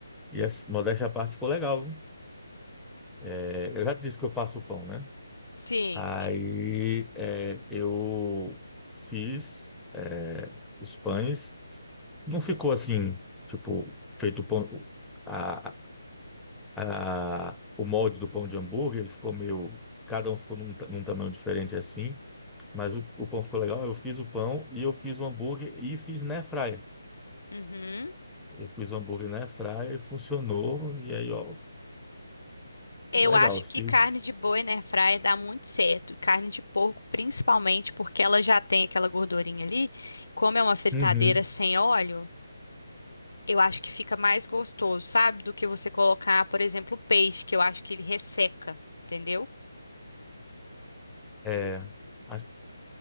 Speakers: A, in the centre; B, on the left.
A: e essa modéstia à parte ficou legal. viu? É, eu já disse que eu faço pão, né?
B: Sim,
A: Aí
B: sim.
A: é, eu fiz é, os pães. Não ficou assim, tipo, feito pão, a, a- o molde do pão de hambúrguer, ele ficou meio. Cada um ficou num, ta- num tamanho diferente assim, mas o, o pão ficou legal. Eu fiz o pão e eu fiz o hambúrguer e fiz na airfryer.
B: Uhum.
A: Eu fiz o hambúrguer na airfryer e funcionou. E aí, ó,
B: Eu
A: legal.
B: acho
A: Se,
B: que carne de boi na airfryer dá muito certo. Carne de porco, principalmente, porque ela já tem aquela gordurinha ali. Como é uma fritadeira
A: Uhum.
B: sem óleo, Eu acho que fica mais gostoso, sabe? Do que você colocar, por exemplo, peixe, que eu acho que ele resseca, entendeu?
A: É, a-